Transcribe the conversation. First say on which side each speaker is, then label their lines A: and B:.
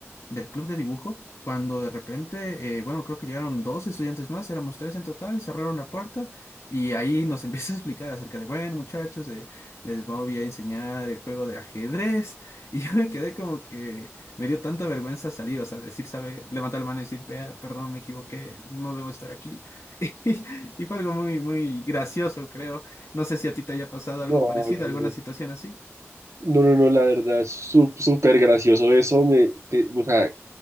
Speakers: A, on the left; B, on the right.
A: del club de dibujo, cuando de repente, eh, bueno, creo que llegaron dos estudiantes más, éramos tres en total, cerraron la puerta y ahí nos <laughs> empieza a explicar acerca de, bueno, muchachos, eh, les voy a enseñar el juego de ajedrez <laughs> y yo me quedé como que me dio tanta vergüenza salir, o sea, decir, sabe, levantar la mano y decir, "Vea, perdón, me equivoqué, no debo estar aquí. <laughs> Y y fue algo muy, muy gracioso, creo. No sé si a ti te haya pasado algo
B: No,
A: parecido,
B: no, no,
A: alguna situación así.
B: no, no, no, la verdad es sú- súper gracioso eso. Me, te- o sea,